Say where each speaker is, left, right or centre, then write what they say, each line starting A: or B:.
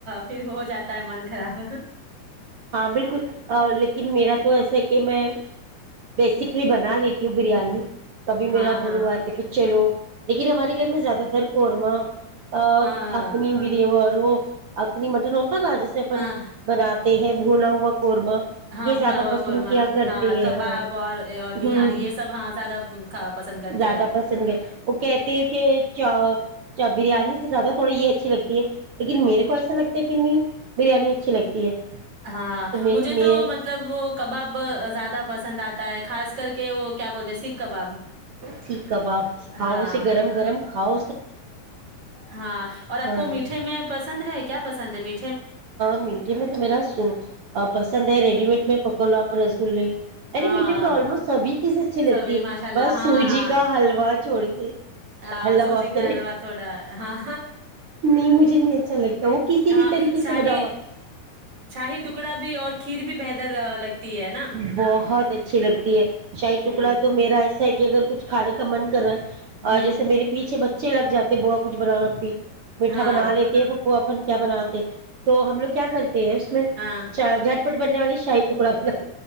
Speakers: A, on the right (about 40°); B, on the right (about 65°).
A: پھر ہو جاتا ہے من کا <unintelligible>
B: ہاں بالکل لیکن میرا تو ایسا ہے کہ میں بیسکلی بنا لیتی ہوں بریانی کبھی
A: ہاں
B: میرا
A: ہاں
B: مڑ ہوا تو پچھے لوگ لیکن ہمارے گھر میں زیادہ تر قورمہ ا
A: ہاں ہاں
B: اخنی بریور وہ آکھنی مٹر ہو رجی سے اپن
A: ہاں
B: بناتے <unintelligible> قورما
A: ہاں
B: یہ
A: بھنا
B: زیادہ
A: ہوا
B: پسند
A: قورمہ
B: کیا کرتے
A: کباب
B: ہیں ہاں
A: اور اور نہاری
B: ہ
A: یہ
B: ہ
A: سب ہاں زیادہ کھا- پسند کرتے
B: زیادہ
A: ہیں
B: پسند ہے وہ کہتے ہیں کہ چ بریانی سے زیادہ تھوڑی یہ اچھی لگتی ہے لیکن میرے کو ایسا لگتا ہے کہ نہیں بریانی اچھی لگتی ہے
A: ہاں
B: میرے
A: مجھے
B: میرے
A: تو مطلب وہ کباب زیادہ پسند آتے ہے خاص کر کے وہ کیا بولتے ہیں سکھ کباب
B: ٹھیک ہے با ہاؤ
A: ہاں
B: اسے گرم گرم کاؤ
A: ہاں اور آپ
B: ہاں
A: کو میٹھے میں پسند ہے کیا پسند ہے میرے
B: میٹھے میں تو میرا س پسند ہے ریڈی مڈ میں پک لو اپپنےس گے
A: ہاں
B: نی میٹے میں تو آلموسٹ سبھی چیزیں اچھی
A: سبھی
B: لگتی ہے
A: ماشاء اللہ
B: بس
A: ہاں
B: سوجی
A: ہاں
B: کا حلوا چھوڑ کے <unintelligible>
A: ہاں
B: اللہ
A: سوجی
B: معاف
A: کا
B: کرے
A: حلوا تھوڑا ہاں
B: نہیں مجھے نہیں اچھا لگتا وہ کسی
A: ہاں
B: بھی طریقے
A: شاہی
B: سے بناؤ آپ
A: شاہی ٹکڑا بھی اور کھیر بھی بہتر لگتی ہے نا
B: بہت اچھی لگتی ہے شاہید
A: ہوں
B: ٹکڑا تو میرا ایسا ہے کہ اگر کچھ کھانے کا من کر رہا ہے
A: ہوں
B: اور جیسے میرے پیچھے بچے اچھے لگ جاتے بو کچ بناور ا اپ بھی میٹھا
A: ہاں
B: بنا لیتے وہ اپن کیا بناتے تو ہم لوگ کیا کرتے اس میں
A: ہاں
B: جھٹ پٹ بننے والی شاہی ٹکڑا پ